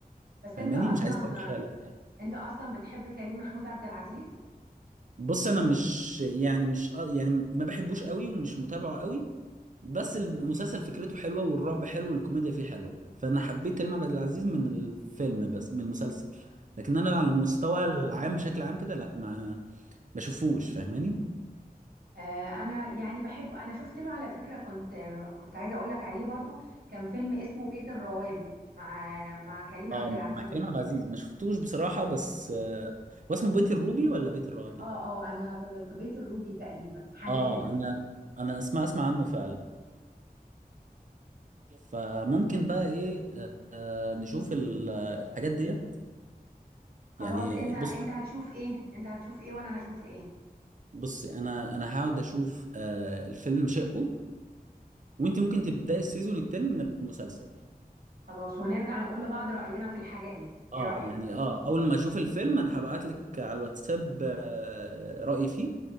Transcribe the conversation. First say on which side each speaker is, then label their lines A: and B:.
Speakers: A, on the right; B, on the right.
A: بس
B: فاهماني
A: انت اصلا
B: مش عايز برضه احرق لك
A: انت اصلا بتحب كريم محمود عبد العزيز
B: بص انا مش يعني مش آه، يعني ما بحبوش قوي ومش متابعه قوي بس المسلسل فكرته حلوة والرعب حلو والكوميديا فيه حلوة فانا حبيت كريم عبد العزيز من الفيلم بس من المسلسل لكن انا على المستوى العام بشكل عام كده لا ما بشوفوش فاهماني
A: آه انا يعني بحب انا شفت له على فكرة كنت آه، كنت عايزة اقول لك عليه برضو كان فيلم اسمه بيت الروابي مع مع كريم
B: اه
A: عبد العزيز
B: مع كريم عبد العزيز ما شفتوش بصراحه بس آه، هو اسمه بيت الروبي ولا بيت الروبي
A: اه اه انا غلطت بيت الروبي تقريبا حاجة
B: اه
A: كده
B: انا انا اسمع اسمع عنه فعلا فممكن بقى ايه آه آه، نشوف ال- الحاجات دي
A: خلاص
B: يعني
A: انت انت
B: بص
A: هتشوف ايه انت هتشوف ايه وانا هشوف ايه
B: بص انا انا هقعد اشوف آه الفيلم شقه وانت ممكن تبداي السيزون الثاني من المسلسل
A: خلاص ونرجع نقول لبعض رأينا في الحاجة ايه ايه
B: اه
A: رأيك
B: يعني اه اول ما اشوف الفيلم انا هبعت لك على الواتساب آه، رأيي فيه